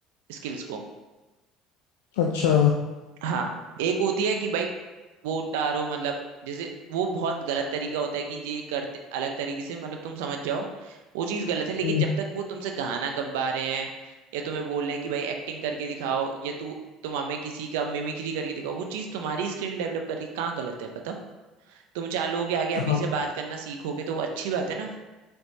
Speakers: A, on the right (about 80°); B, on the left (about 85°).
A: स्किल्स को
B: अच्छा
A: हाँ एक होती है कि भाई वो उतारो मतलब जैसे वो बहुत गलत तरीका होता है कि ये करते अलग तरीके से मतलब तुम समझ जाओ वो चीज गलत है लेकिन
B: हम्म
A: जब तक वो तुमसे गाना गवा रहे हैं या तुम्हें बोल रहे हैं कि भाई एक्टिंग करके दिखाओ या तू तुम हमें किसी का मिमिक्री करके दिखाओ वो चीज तुम्हारी स्किल डेवलप कर रही है कहाँ गलत है बताओ तुम चार लोगों के आगे अभी
B: हाँ
A: से बात करना सीखोगे तो वो अच्छी बात है ना